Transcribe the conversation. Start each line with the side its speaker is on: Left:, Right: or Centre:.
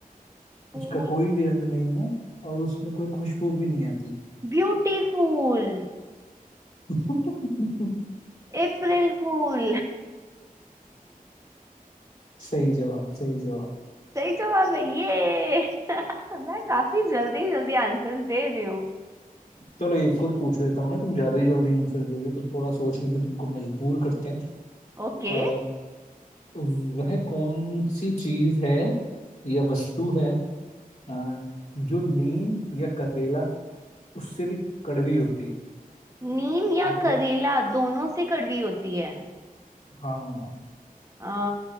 Right: फूल
Left: उसका कोई भी रंग नहीं है और उसमें कोई खुशबू भी नहीं आती
Right: ब्यूटीफुल
Left: <laughs>
Right: अप्रैल फूल
Left: सही जवाब सही जवाब
Right: <laughs> सही जवाब है ये <laughs> मैं काफी जल्दी जल्दी आंसर्स दे रही
Left: चलो एक और पूछ लेता हूँ ना तुम ज्यादा ही जल्दी आंसर दे रहे हो तो थोड़ा सोचने पे तुमको मजबूर करते हैं
Right: ओके
Left: आ, वह कौन सी चीज है या वस्तु है अ, जो नीम या करेला उससे भी कड़वी होती है
Right: नीम या
Left: तुमको
Right: करेला
Left: पत...
Right: दोनों से कड़वी होती है
Left: हाँ
Right: आ,